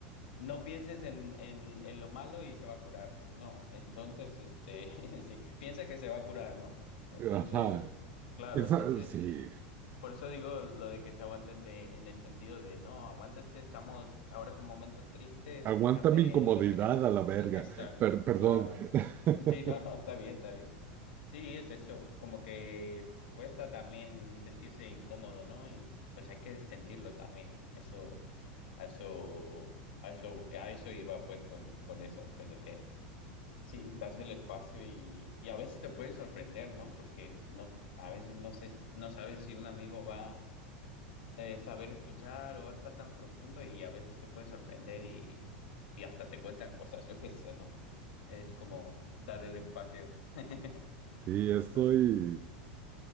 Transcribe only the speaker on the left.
No pienses en, en, en lo malo y se va a curar, pues no. Entonces, este, <laughs> sí, piensa que se va a curar, ¿no? Entonces,
claro,
entonces,
por eso digo lo de que se aguanten de, en el sentido de, no, aguántate, estamos, ahora es un momento triste, escúchame
lo triste.
Exacto,
claro.
Sí, no, no, está bien, está bien. Sí, es eso, como que cuesta también sentirse incómodo, ¿no? Y pues hay que sentirlo también. Eso, a eso, a eso, a eso iba pues con, con eso, pues de que sí, darse el espacio y, y a veces te pueden sorprender, ¿no? Porque no, a veces no sé, s- no sabes si un amigo va a saber escuchar o va a estar tan profundo y a veces te puede sorprender y, y hasta te cuentan cosas, yo qué sé, ¿no? Es como dar el espacio. <laughs>
No sé.